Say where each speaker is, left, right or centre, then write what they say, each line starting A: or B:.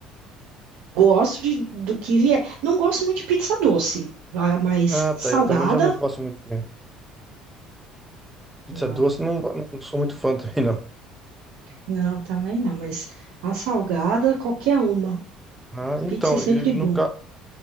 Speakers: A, on the right (about 75°); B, in the centre.
A: gosto de, do que vier. Não gosto muito de pizza doce, ah, mas
B: Ah,
A: salgada,
B: tá. Eu também já não gosto muito. né? Pizza
A: não.
B: doce, não, não sou muito fã <laughs> também, não.
A: Não, também não, mas a salgada, qualquer uma.
B: Ah, então,
A: Pizza é sempre
B: e no,
A: bom.
B: ca-